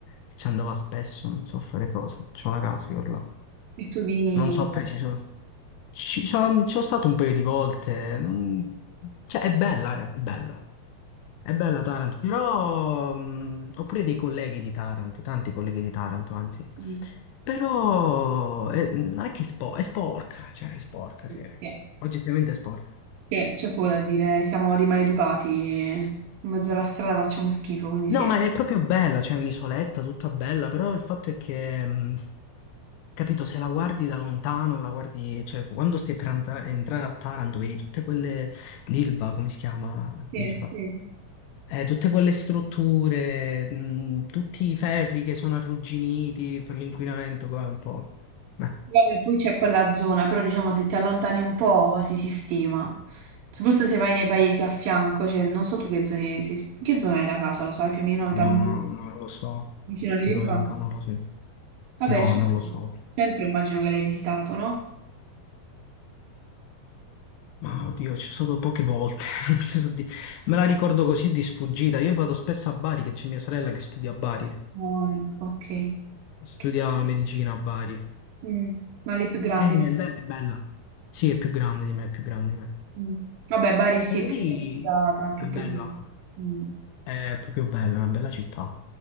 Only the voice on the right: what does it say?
e tu vieni...
Mm,
Sì,
sì,
Sì, c'è poco da dire, siamo dei maleducati, in mezzo alla strada facciamo schifo, quindi
sì.
Sì,
sì.
Vabbè, poi c'è quella zona, però diciamo se ti allontani un po' si sistema, soprattutto se vai nei paesi a fianco, cioè non so tu che zone, sei- che zona hai la casa, lo sai più o meno, i
tamburi,
vicino all'Ilva?
Vabbè,
il centro,
centro immagino che l'hai visitato, no?
Oh, ecco, ok.
Ok.
Mm, Ma le più grandi.
Mm. Vabbè, Bari sì,
è più organizzata, più
pulita. Mm.